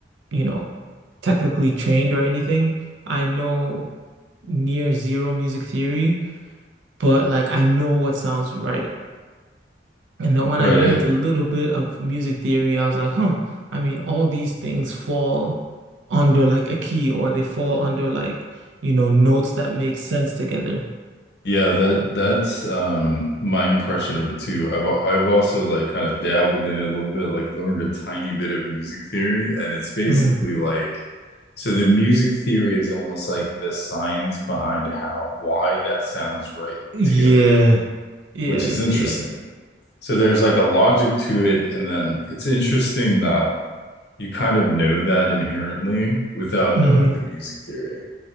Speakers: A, on the right; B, on the left.
A: you know, technically trained or anything. I know near zero music theory, but like I know what sounds right. And then when
B: Right.
A: I learned a little bit of music theory, I was like, huh, I mean, all these things fall under like a key or they fall under like, you know, notes that make sense together.
B: Yeah, that that's um my impression of it too. I've al- I've also like kind of dabbled in it a little bit, like learned a tiny bit of music theory, and it's basically
A: Mm.
B: like so the music theory is almost like the science behind how why that sounds right
A: Yeah.
B: together,
A: Yeah,
B: which is
A: yeah.
B: interesting. So there's like a logic to it, and then it's interesting that you kind of know that inherently without knowing
A: hmm
B: the music theory.